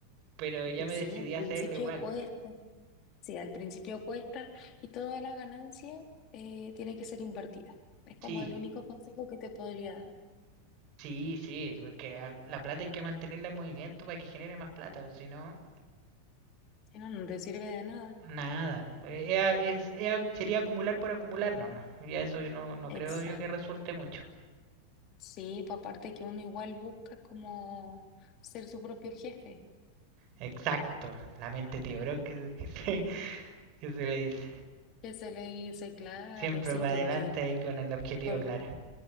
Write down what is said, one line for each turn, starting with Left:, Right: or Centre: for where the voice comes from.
Right: Pero
Left: y
Right: ya
Left: que
Right: me
Left: sí,
Right: decidí
Left: al principio
Right: a hacerlo igual.
Left: cuesta, sí, al principio cuesta y toda la ganancia eh, tiene que ser invertida. Es como
Right: Sí,
Left: el único consejo que te podría dar.
Right: Sí, sí, porque a- la plata hay que mantenerla en movimiento para que genere más plata, si no,
Left: Si no, no te sirve de nada.
Right: nada. Eh, ea- es, ea- sería acumular por acumular nomás. Y a eso yo no, no
Left: Exacto.
Right: creo yo que resulte mucho.
Left: Sí, pues aparte que uno igual busca como ser su propio jefe,
Right: Exacto, la mente tiburón que, que se, <laughs> que se le dice.
Left: que se le dice, claro,
Right: Siempre
Left: sí,
Right: para
Left: porque,
Right: adelante y con el objetivo
Left: por,
Right: claro.